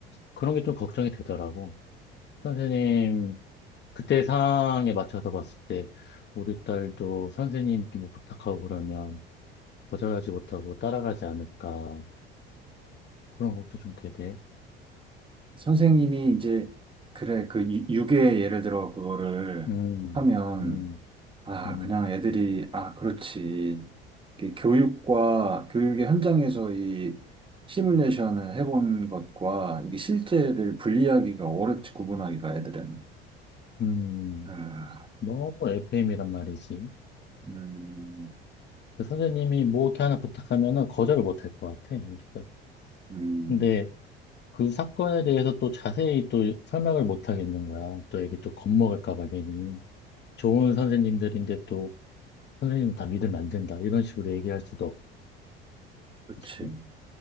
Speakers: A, on the left (about 35°); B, on the right (about 15°).
A: 그런 게 좀 걱정이 되더라고. 선생님 그때 상황에 맞춰서 봤을 때 우리 딸도 선생님께 뭐 부탁하고 그러면 거절하지 못하고 따라가지 않을까 그런 것도 좀 되대.
B: 선생님이 이제, 그래, 그 유- 유괴 예를 들어 그거를
A: 음,
B: 하면,
A: 음,
B: 아,
A: 음,
B: 그냥 애들이, 아, 그렇지. 이게 교육과, 교육의 현장에서 이 시뮬레이션을 해본 것과 이게 실제를 분리하기가 어렵지, 구분하기가 애들은.
A: 음.
B: 아,
A: 너무 FM이란 말이지.
B: 음,
A: 그 선생님이 뭐 이렇게 하나 부탁하면은 거절을 못 할 것 같아, 우리 딸.
B: 음.
A: 근데 그 사건에 대해서 또 자세히 또 설명을 못 하겠는 거야. 또 애기 또 겁먹을까 봐 괜히. 좋은 선생님들인데 또 선생님 다 믿으면 안 된다. 이런 식으로 얘기할 수도
B: 그치.
A: 없